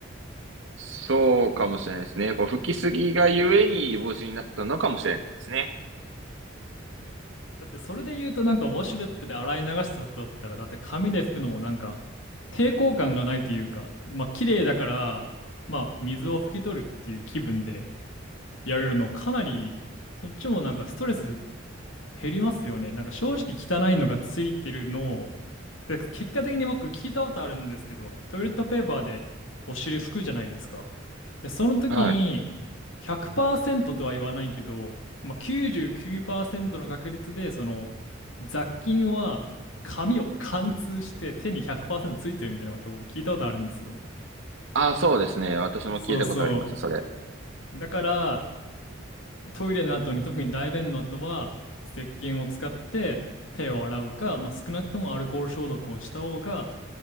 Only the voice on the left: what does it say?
だってそれで言うとなんかウォシュレットで洗い流した後だったら、だって紙で拭くのもなんか抵抗感がないというか、まあ綺麗だから、まあ水を拭き取るっていう気分でやれるのかなり、そっちもなんかストレス減りますよね。なんか正直汚いのがついてるのを、で、結果的に僕聞いたことあるんですけど、トイレットペーパーでお尻拭くじゃないですか。で、その時に
100%とは言わないけど、まあ、99%の確率でその雑菌は紙を貫通して手に100%ついてるみたいなことを僕聞いたことあるんですよ。
そうそ
う。だから、トイレの後に特に大便の後は石鹸を使って手を洗うか、まあ、少なくともアルコール消毒をした方が、